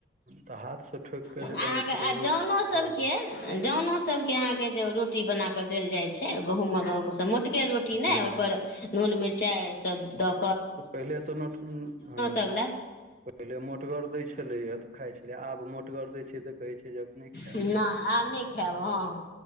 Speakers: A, on the right; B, on the left.
A: तऽ हाथसँ ठोकि कऽ
B: अहाँकेँ
A: जे बनै छलै
B: जनो
A: ओ
B: सभके
A: आओर
B: जनो सभके अहाँकेँ रोटी बना कऽ देल जाइत छै गहूँम म के रोटी ने
A: हँ
B: ओहि पर नून मिरचाई सभ द
A: पहिले तऽ हँ पहिल
B: सभ लए
A: मोतगर। मोटगर देय छले या तऽ खाय छले आब मोटगर देय छै ते कहे छै जे अप खायत
B: नहि आब नहि। खायब हँ,